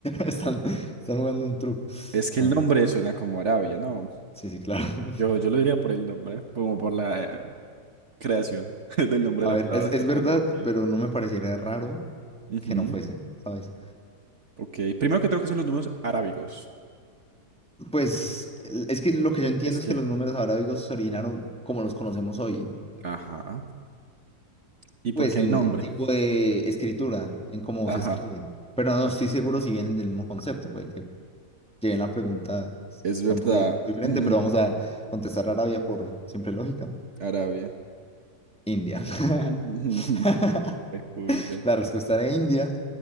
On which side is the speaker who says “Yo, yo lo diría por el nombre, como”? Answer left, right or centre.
Right